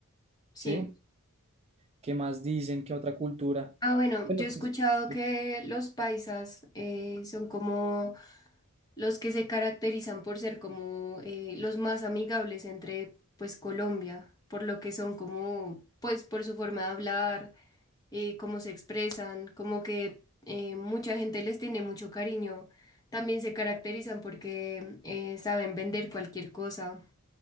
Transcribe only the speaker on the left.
Sí.
Ah, bueno,
yo he
escuchado
que los paisas eh, son como los que se caracterizan por ser como eh, los más amigables entre pues Colombia, por lo que son como pues por su forma de hablar eh, cómo se expresan, como que eh, mucha gente les tiene mucho cariño. También se caracterizan porque eh, saben vender cualquier cosa.